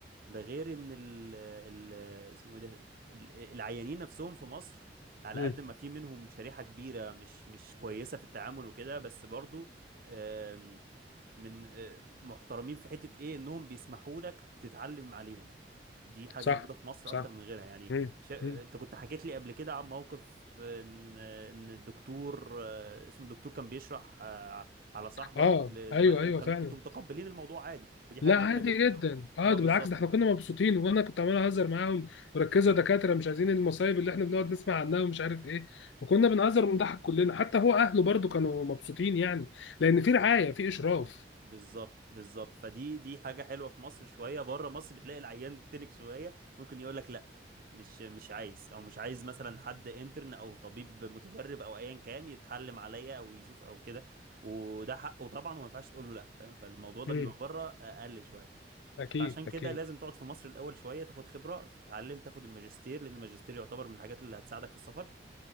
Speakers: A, on the right (about 50°); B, on the left (about 80°).
A: ده غير ان ال ال اسمه إيه ده ال- العيانين نفسهم في مصر على
B: مم.
A: قد ما في منهم شريحة كبيرة مش مش كويسة في التعامل وكده بس برضو آم، من آه، محترمين في حتة ايه انهم بيسمحوا لك تتعلم عليهم دي حاجة
B: صح
A: موجودة في مصر
B: صح
A: اكتر من غيرها يعني
B: مم.
A: شا...
B: مم.
A: انت كنت حكيت لي قبل كده عن موقف آه، ان آه، ان الدكتور آه، اسمه الدكتور كان بيشرح آه، على صاحبك
B: اه
A: لزمايله
B: ايوه
A: وكانوا
B: ايوه فعلا
A: كنتوا متقبلين الموضوع عادي ودي حاجة
B: لا
A: جميلة
B: عادي
A: جدا اللي
B: جدا
A: هو
B: اه
A: اه
B: ده
A: بالظبط
B: بالعكس ده احنا كنا مبسوطين وانا كنت عمال اهزر معاهم وركزوا
A: <laughs>
B: يا دكاتره مش عايزين المصايب اللي احنا بنقعد نسمع عنها ومش عارف ايه وكنا بنهزر ونضحك كلنا حتى هو اهله برضو كانوا مبسوطين يعني لان في رعايه في اشراف
A: بالظبط بالظبط فدي دي حاجة حلوة في مصر شوية بره مصر بتلاقي العيان تنك شوية ممكن يقول لك لا مش مش عايز او مش عايز مثلا حد انترن او طبيب متدرب او ايا كان يتعلم عليا او يشوف او كده وده حقه طبعا وما ينفعش تقول له لا فاهم فالموضوع ده
B: امم
A: بيبقى بره اقل شوية
B: اكيد
A: فعشان كده
B: اكيد
A: لازم تقعد في مصر الاول شوية تاخد خبرة تتعلم تاخد الماجستير لان الماجستير يعتبر من الحاجات اللي هتساعدك في السفر